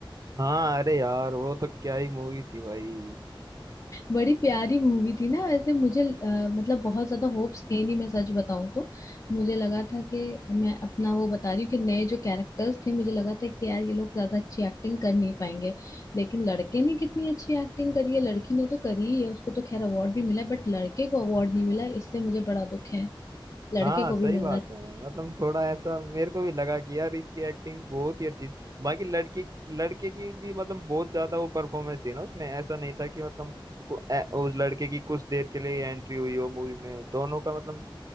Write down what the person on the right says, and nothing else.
हाँ अरे यार वो तो क्या ही मूवी थी भाई
हाँ
सही
बात
है मतलब थोड़ा ऐसा मेरे को भी लगा कि यार इसकी एक्टिंग बहुत ही अच्छी थी बाकी लड़की लड़के की भी मतलब बहुत ज्यादा वो परफॉर्मेंस थी ना उसमें ऐसा नहीं था कि मतलब को- ए- उस लड़के की कुछ देर के लिए एंट्री हुई हो मूवी में दोनों का मतलब